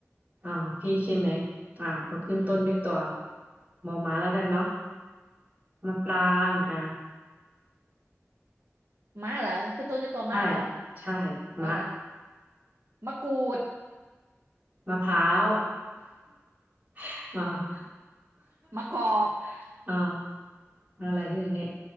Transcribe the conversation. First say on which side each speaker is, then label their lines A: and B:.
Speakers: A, on the right (about 30°); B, on the right (about 60°).
A: อ่าพี่ใช่ไหม อ่าเราขึ้นต้นด้วยตัว
B: อืม
A: มอม้าแล้วกันเนาะมะปรางอ่า
B: มะเหรอขึ้นต้นด้วยตัวมะเหรอ
A: ใช่ใช่
B: เอ่อ
A: มะ
B: มะกรูด
A: มะพร้าว <laughs> มะพร้าว
B: <laughs> มะกอก
A: <laughs> อ่าอะไรด้วยเนี่ย